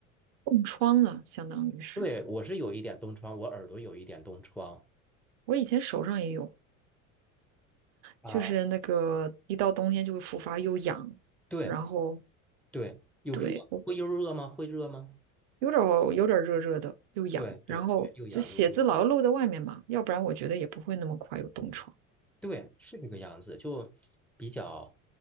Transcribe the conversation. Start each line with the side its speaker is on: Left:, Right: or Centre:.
Right: 冻疮了，相当于是
Centre: 对，我是有一点冻疮，我耳朵有一点冻疮。
Right: 我以前手上也有。
Centre: 啊，
Right: 就是那个一到冬天就会复发，又痒，
Centre: 对
Right: 然后
Centre: 对，又热，
Right: 对我
Centre: 会又热吗？会热吗？
Right: 有点儿有点儿热热的，又痒，
Centre: 对对对，
Right: 然后就写字老要露在外面嘛，
Centre: 又痒又热。
Right: 要不然我觉得也不会那么快有冻疮。
Centre: 对，是这个样子，就比较